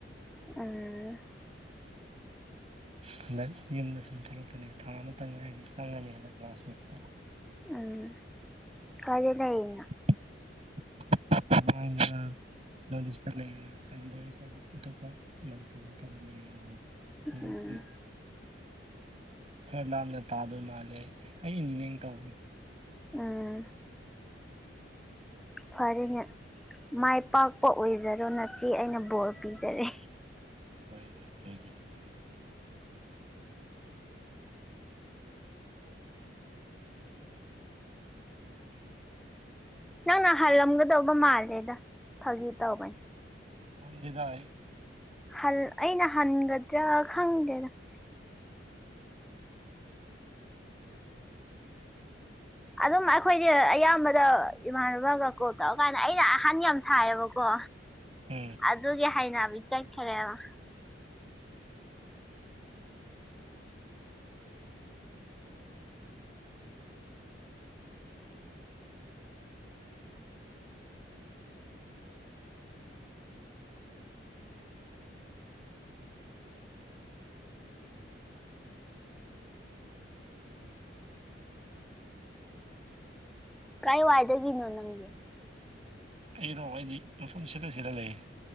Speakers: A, in the centre; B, on the right.
A: ꯑ
B: ꯍꯟꯗꯛ ꯌꯨꯝꯗ ꯁꯨꯝ ꯊꯣꯛꯂꯛꯀꯅꯤ ꯊꯥ ꯑꯃꯇ ꯉꯥꯏꯅꯤ ꯆꯪꯉꯅꯤ ꯍꯟꯗꯛ ꯂꯥꯁꯃꯤꯠꯇ
A: ꯎꯝ ꯀꯥꯏꯗ ꯂꯩꯔꯤꯅꯣ
B: <unintelligible> ꯅꯣꯔꯠ ꯏꯁꯇ ꯂꯩꯌꯦ ꯍꯥꯏꯗꯤ ꯅꯣꯠ ꯏꯁꯇꯗꯤ ꯑꯇꯣꯞꯄ ꯃꯅꯤꯄꯨꯔ ꯅꯠꯇꯕ ꯂꯩꯌꯦ ꯑꯗꯨꯝ ꯍꯟꯗꯛꯇꯗꯤ
A: ꯎꯝ
B: ꯈꯔ ꯂꯥꯞꯅ ꯇꯥꯗꯣꯏ ꯃꯥꯜꯂꯦ ꯑꯩ ꯑꯩ ꯏꯟꯖꯤꯅꯤꯌꯥꯔꯤꯡ ꯇꯧꯕꯅꯦ
A: ꯎꯝ
B: <inaudible>
A: ꯐꯔꯦꯅꯦ ꯃꯥꯏ ꯄꯥꯛꯄ ꯑꯣꯏꯖꯔꯣ ꯅꯆꯦ ꯑꯩꯅ ꯕꯣꯔ ꯄꯤꯖꯔꯤ
B: ꯍꯣꯏ ꯍꯣꯏ ꯑꯣꯏꯖꯔꯒꯦ ꯑꯣꯏꯖꯔꯒꯦ
A: ꯅꯪꯅ ꯍꯜꯂꯝꯒꯗꯧꯕ ꯃꯥꯜꯂꯦꯗ ꯐꯥꯒꯤ ꯇꯧꯕꯅꯤ
B: ꯍꯟꯗꯦꯗ ꯑꯩ
A: ꯍꯜ ꯑꯩꯅ ꯍꯟꯒꯗ꯭ꯔꯥ ꯈꯪꯗꯦꯗ ꯑꯗꯨꯝ ꯑꯩꯈꯣꯏꯗꯤ ꯑꯌꯥꯝꯕꯗ ꯏꯃꯥꯟꯅꯕꯒ ꯀꯣꯜ ꯇꯧꯔꯀꯥꯟꯗ ꯑꯩꯅ ꯑꯍꯟ ꯌꯥꯝ ꯁꯥꯏꯌꯦꯕꯀꯣ
B: ꯎꯝ
A: ꯑꯗꯨꯒꯤ ꯍꯩꯅꯕꯤ ꯆꯠꯈ꯭ꯔꯦꯕ ꯀꯥꯏ ꯋꯥꯏꯗꯗꯒꯤꯅꯣ ꯅꯪꯗꯤ
B: ꯑꯩꯔꯣ ꯑꯩꯗꯤ ꯃꯐꯝ ꯁꯤꯜꯂ ꯁꯤꯜꯂ ꯂꯩꯌꯦ